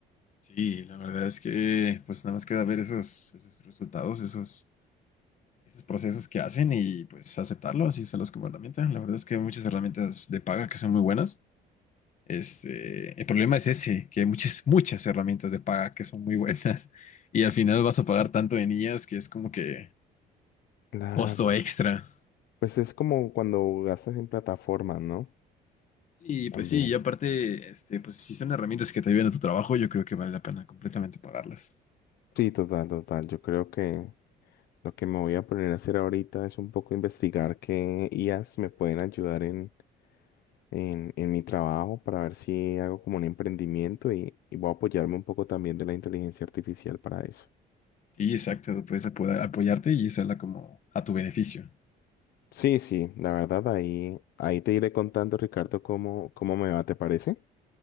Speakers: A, on the left; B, on the left.
A: Sí, la verdad es que pues nada más queda ver esos, esos resultados, esos. esos procesos que hacen y pues aceptarlo, así usarlos como herramienta. La verdad es que hay muchas herramientas de paga que son muy buenas. Este, el problema es ese, que hay muchas, muchas herramientas de paga que son muy buenas <laughs> y al final vas a pagar tanto en ellas que es como que
B: Claro,
A: un costo extra.
B: pues es como cuando gastas en plataformas, ¿no?
A: Y
B: También.
A: pues sí, y aparte, este, pues si son herramientas que te ayudan a tu trabajo, yo creo que vale la pena completamente pagarlas.
B: Sí, total, total. Yo creo que Lo que me voy a poner a hacer ahorita es un poco investigar qué IAs me pueden ayudar en, en, en mi trabajo para ver si hago como un emprendimiento y, y voy a apoyarme un poco también de la inteligencia artificial para eso.
A: Sí, exacto, puedes apo- apoyarte y usarla como a tu beneficio.
B: Sí, sí, la verdad ahí, ahí te iré contando, Ricardo, cómo, cómo me va, ¿te parece?